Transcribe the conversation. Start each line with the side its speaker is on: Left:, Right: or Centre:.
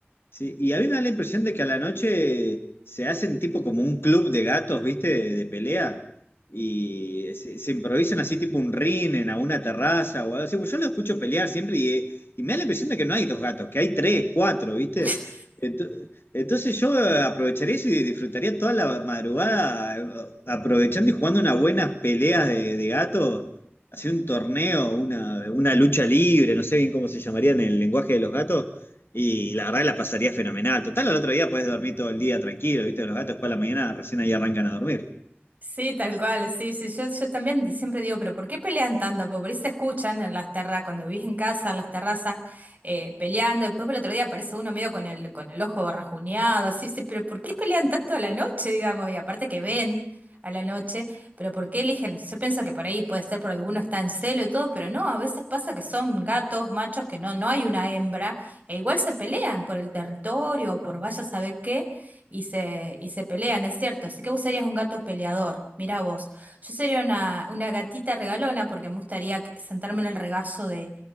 Left: sí, y a mí me da la impresión de que a la noche se hacen tipo como un club de gatos, ¿viste? De, de pelea. Y se, se improvisan así tipo un ring en alguna terraza o algo así. Pues yo lo escucho pelear siempre y, y me da la impresión de que no hay dos gatos, que hay tres, cuatro, ¿viste?
Right: <laughs>
Left: Ento- Entonces yo aprovecharía eso y disfrutaría toda la madrugada eh, aprovechando y jugando unas buenas peleas de, de gatos, hacer un torneo, una, una lucha libre, no sé bien cómo se llamaría en el lenguaje de los gatos Y la verdad que la pasaría fenomenal. Total, al otro día podés dormir todo el día tranquilo, ¿viste? Los gatos después de la mañana recién ahí arrancan a dormir.
Right: Sí, tal cual, sí, sí, yo, yo también siempre digo, pero ¿por qué pelean tanto? Porque por ahí se escuchan en las terrazas, cuando vivís en casa, en las terrazas, eh, peleando, después por el otro día aparece uno medio con el, con el ojo rajuñado, así, sí, pero ¿por qué pelean tanto a la noche, digamos? Y aparte que ven a la noche, pero ¿por qué eligen? Yo pienso que por ahí puede ser por alguno está en celo y todo, pero no, a veces pasa que son gatos, machos, que no, no hay una hembra, e igual se pelean por el territorio o por vaya a saber qué y se, y se pelean, es cierto. Así que vos serías un gato peleador, mirá vos. Yo sería una, una gatita regalona porque me gustaría que- sentarme en el regazo de,